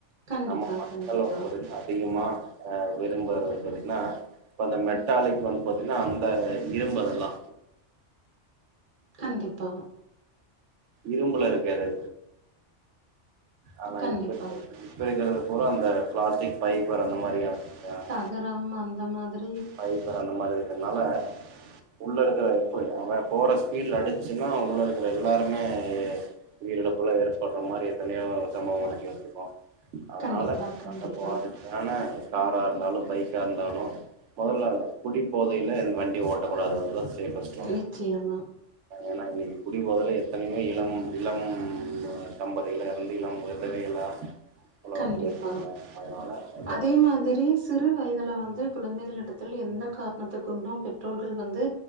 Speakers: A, on the right; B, on the right.
A: கண்டிப்பா
B: நம்ம மக்கள்
A: கண்டிப்பா
B: வந்து பத்தீங்னா அதிகமா ஆ விரும்பரது வந்து பாத்தீங்கன்னா இப்ப அந்த மெட்டாலிக் வந்து பாத்தீங்ன்னா அந்த இரும்பு அதெல்லா
A: கண்டிப்பா
B: இரும்புல இருக்கு அது ஆனா
A: கண்டிப்பா
B: இப்ப <unintelligible> இப்ப இருக்கிறது பூரா அந்த பிளாஸ்டிக் பைபர் அந்த மாரி அச்சிருக்
A: கரம் அந்த மாதி
B: ஃபய்பர் அந்த மாரி இருக்குறதனால உள்ள இருக்கிற எப்ப அவ போற ஸ்பீட்ல அடிச்சுன்னா உள்ள இருக்கற எல்லாருமே உயிரிழப்புள்ளா ஏற்பட்ற மாரி எத்தனையோ சம்பவங்களுக்கு ஏத்திருக்கோ அதனால
A: கண்டிப்பா கண்டிப்பா
B: நாங்க போற ஆன காரா இருந்தாலு பைக்கா இருந்தாலு மொதல்ல குடி போதையில வண்டி ஓட்டக்கூடாது அதுதா சேஃபஸ்ட் ஒன்னு
A: நிச்சயமா
B: ஏன்னா இன்னைக்கு குடிபோதைல எத்தனயோ இளம் இளம் அ தம்பதிகள் எல்லா எறந்து <unintelligible> உலகத்தில்
A: கண்டிப்பா
B: இருக்காங்க அதனால அ
A: அதே மாதிரி சிறு வயதுல வந்து குழந்தைகளிடத்தில் எந்த காரணத்துக்குண்டு பெற்றோர்கள் வந்து